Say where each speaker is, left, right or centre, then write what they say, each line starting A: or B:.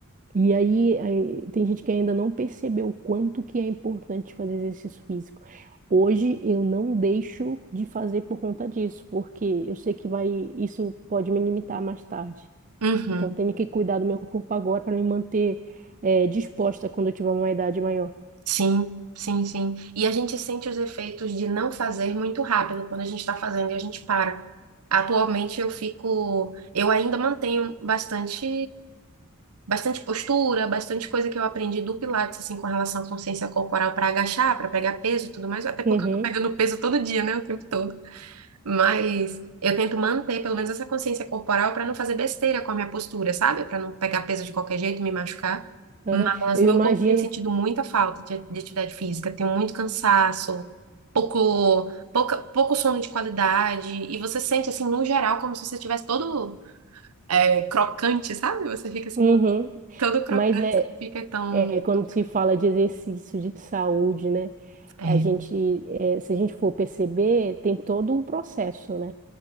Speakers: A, on the right; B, on the right.
A: E aí, aí, tem gente que ainda não percebeu o quanto que é importante fazer exercício físico. Hoje eu não deixo de fazer por conta disso, porque eu sei que vai, isso pode me limitar mais tarde.
B: Uhum.
A: Então eu tenho que cuidar do meu corpo agora para me manter eh, disposta quando eu tiver uma idade maior.
B: Sim, sim, sim. E a gente sente os efeitos de não fazer muito rápido quando a gente está fazendo e a gente para. Atualmente eu fico, eu ainda mantenho bastante, bastante postura, bastante coisa que eu aprendi do Pilates, assim, com relação à consciência corporal para agachar, para pegar peso e tudo mais, até porque
A: Uhum,
B: eu tô pegando peso todo dia, né? O tempo todo. Mas eu tento manter pelo menos essa consciência corporal para não fazer besteira com a minha postura, sabe? Para não pegar peso de qualquer jeito e me machucar.
A: uhum.
B: Mas
A: Eu
B: meu
A: imagino.
B: corpo tem sentido muita falta de, de atividade física, tenho muito cansaço, pouco, pouca, pouco sono de qualidade, e você sente assim, no geral, como se você estivesse todo é, crocante, sabe? Você fica assim,
A: Uhum.
B: todo crocante,
A: Mas é,
B: você não fica tão.
A: é quando
B: tão-
A: se fala de exercício de saúde, né?
B: É,
A: A gente, é, se a gente for perceber, tem todo um processo, né?